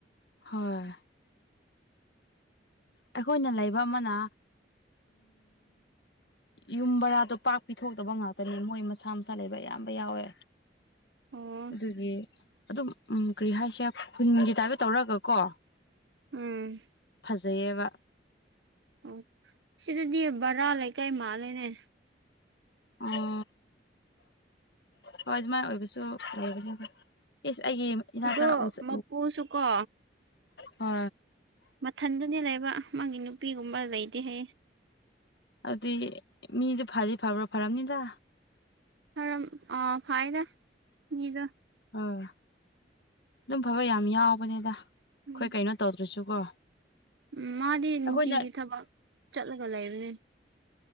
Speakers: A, on the left; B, on the right.
A: ꯍꯣꯏ ꯑꯩꯈꯣꯏꯅ ꯂꯩꯕ ꯑꯃꯅ ꯌꯨꯝ ꯕꯔꯥꯗꯣ ꯄꯥꯛ ꯄꯤꯊꯣꯛꯇꯕ ꯉꯥꯛꯇꯅꯤ ꯃꯣꯏ ꯃꯁꯥ ꯃꯁꯥ ꯂꯩꯕ ꯑꯌꯥꯝꯕ ꯌꯥꯎꯋꯦ
B: ꯑꯣ
A: ꯑꯗꯨꯒꯤ ꯑꯗꯨꯝ ꯀꯔꯤ ꯍꯥꯏꯁꯦ ꯈꯨꯟꯒꯤ ꯇꯥꯏꯞꯇ ꯇꯧꯔꯑꯒ ꯀꯣ
B: ꯎꯝ
A: ꯂꯩꯌꯦꯕꯥ
B: ꯑꯣ ꯁꯤꯗꯗꯤ ꯕꯔꯥ ꯂꯩꯀꯥꯏ ꯃꯥꯜꯂꯦꯅꯦ
A: ꯑꯣ ꯍꯣꯏ ꯑꯗꯨꯃꯥꯏ ꯑꯣꯏꯕꯁꯨ ꯂꯩ ꯏꯁ ꯑꯩꯒꯤ ꯏꯅꯥꯀ
B: ꯑꯗꯣ
A: ꯎꯁ
B: ꯃꯄꯨꯁꯨ ꯀꯣ
A: ꯍ
B: ꯃꯊꯟꯗꯨꯅꯦ ꯂꯩꯕ ꯃꯥꯒꯤ ꯅꯨꯄꯤꯒꯨꯝꯕ ꯂꯩꯗꯤ ꯍꯌꯦ
A: ꯑꯗꯨꯗꯤ ꯃꯤꯗꯨꯣ ꯐꯗꯤ ꯐꯕ꯭ꯔꯥ ꯐꯔꯕꯝꯅꯤꯗ
B: ꯐꯔꯝ ꯑ ꯐꯥꯏꯗ ꯃꯤꯗ
A: ꯍꯣꯏ ꯑꯗꯨꯝ ꯐꯕ ꯌꯥꯝ ꯌꯥꯎꯕꯅꯤꯗ ꯑꯩꯈꯣꯏ
B: ꯎꯝ
A: ꯀꯩꯅꯣ ꯇꯧꯗ꯭ꯔꯁꯨꯀꯣ
B: ꯎꯝ ꯃꯥꯗꯤ ꯅꯨꯡꯇꯤꯒꯤ
A: ꯑꯩꯈꯣꯏꯅ
B: ꯊꯕꯛ ꯆꯠꯂꯒ ꯂꯩꯕꯅꯦ